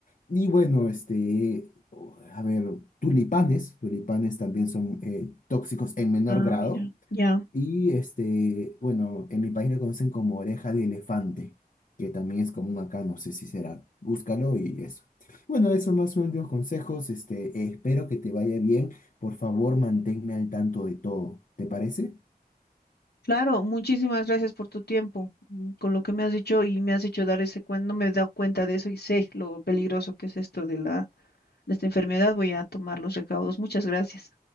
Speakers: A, on the left; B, on the left.
A: Y bueno, este, o- a ver, tulipanes, tulipanes también son eh, tóxicos en menor
B: Ah,
A: grado.
B: mira, ya.
A: Y este, bueno, en mi país lo conocen como oreja de elefante, que también es común acá, no sé si será. Búscalo y eso. Bueno, esos más son los consejos. Este, espero que te vaya bien. Por favor, manténme al tanto de todo. ¿Te parece?
B: Claro, muchísimas gracias por tu tiempo, mm, con lo que me has dicho y me has hecho dar ese cuenta, no me he dado cuenta de eso y sé lo peligroso que es esto de la, de esta enfermedad, voy a tomar los recaudos. Muchas gracias.